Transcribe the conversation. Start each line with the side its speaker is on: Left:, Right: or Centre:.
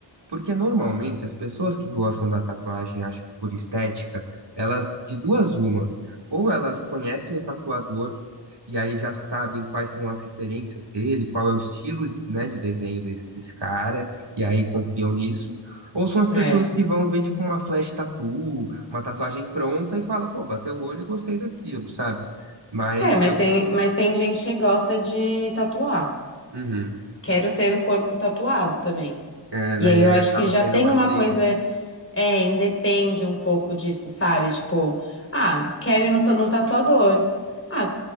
Right: Porque normalmente as pessoas que gostam da tatuagem, acho que por estética, elas de duas uma, ou elas conhecem o tatuador e aí já sabem quais são as referências dele, qual é o estilo, né, de desenho desse, desse cara, e aí confiam nisso, ou são as pessoas
Left: É.
Right: que vão ver tipo uma flash tattoo, uma tatuagem pronta e fala, pô, bateu o olho e gostei daquilo, sabe? Mas
Left: É, mas
Right: eu,
Left: tem, mas tem gente que gosta de tatuar.
Right: Uhum.
Left: Quero ter o corpo tatuado também.
Right: é, né,
Left: E aí
Right: e
Left: eu
Right: aí
Left: acho
Right: acaba
Left: que já
Right: sendo
Left: tem
Right: mais
Left: uma
Right: livre.
Left: coisa, é, independe um pouco disso, sabe? Tipo, ah, quero ir no, ta- no tatuador. Ah,